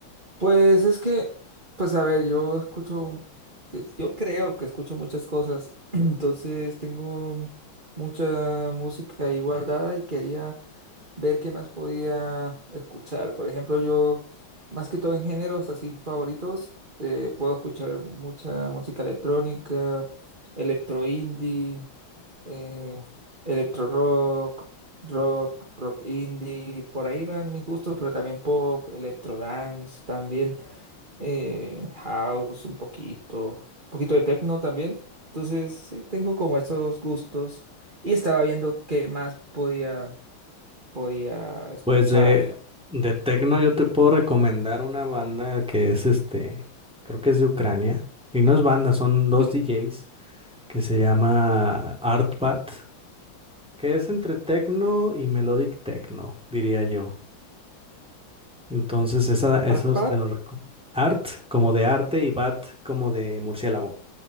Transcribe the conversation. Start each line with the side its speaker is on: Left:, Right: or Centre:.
Right: Pues es que, pues a ver, yo escucho, pues, yo creo que escucho muchas cosas, <clears throat> entonces tengo mucha música ahí guardada y quería ver qué más podía escuchar. Por ejemplo, yo, más que todo en géneros así favoritos, eh, puedo escuchar mucha música electrónica, electro indie. eh, electro rock, rock, rock indie, por ahí van mis gustos, pero también pop, electro dance, también eh, house un poquito, un poquito de techno también. Entonces, sí, tengo como esos gustos y estaba viendo qué más podía, podía escuchar.
Centre: Pues de, de tecno yo te puedo recomendar una banda que es este, creo que es de Ucrania, y no es banda, son dos
Right: Digo,
Centre: DJs que se llama Artbat, que es entre tecno y melodic techno, diría yo. Entonces, esa, esos
Right: Arpad.
Centre: te los recomiendo. Art como de arte y bat como de murciélago